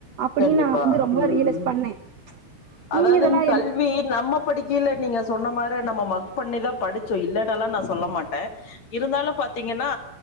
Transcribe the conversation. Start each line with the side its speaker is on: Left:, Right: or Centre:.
Right: அப்டின்னு
Left: கண்டிப்பா
Right: நா வந்து ரொம்ப
Left: ம்
Right: ரியலஸ் பண்ணே
Left: அதாவதுங்
Right: நீங்க இதெல்லா
Left: கல்வி
Right: என்ன
Left: நம்ம படிக்கீல நீங்க சொன்ன மாரி நம்ம மக் பண்ணிதா படிச்சோ இல்லேன்னல்லா நா சொல்ல மாட்டே இருந்தாலு பாத்தீங்கன்னா